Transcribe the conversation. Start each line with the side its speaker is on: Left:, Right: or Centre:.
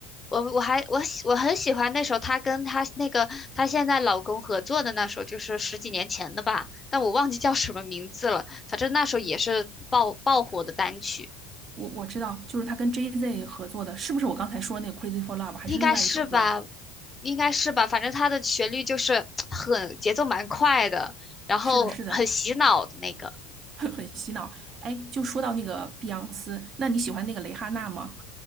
Left: 我我还我喜我很喜欢那首她跟她那个她现在老公合作的那首，就是十几年前的吧，但我忘记叫什么名字了。反正那首也是爆爆火的单曲，
Right: 我我知道，就是他跟 JZ 合作的，是不是我刚才说的那个《Crazy for Love》，还是另外一首歌呀？
Left: 应该是吧，应该是吧。反正它的旋律就是很节奏蛮快的，然后很洗脑的那个。
Right: 是的，是的，<laughs> 很很洗脑。哎，就说到那个碧昂斯，那你喜欢那个蕾哈娜吗？